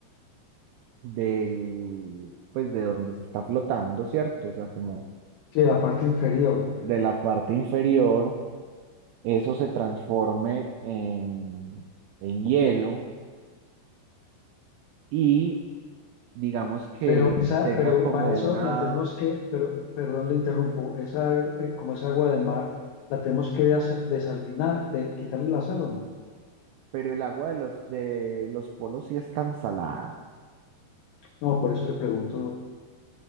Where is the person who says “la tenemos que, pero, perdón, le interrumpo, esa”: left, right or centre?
Left